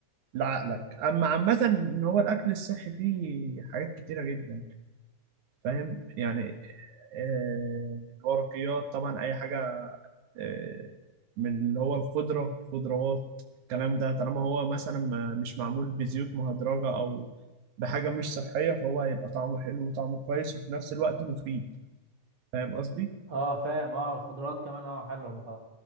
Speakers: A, on the right; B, on the right.
A: لعقلك اما عامة ان هو الاكل الصحي فيه حاجات كتيرة جدا فاهم يعني آه، الورقيات طبعا اي حاجه آه، من اللي هو الخضره الخضروات الكلام ده طالما هو مثلا ما- مش معمول بزيوت مهدرجه او بحاجه مش صحيه فهو هيبقى طعمه حلو وطعمه كويس وفي نفس الوقت مفيد فاهم قصدي
B: اه فاهم اه الخضروات كمان اه حلوه الخ-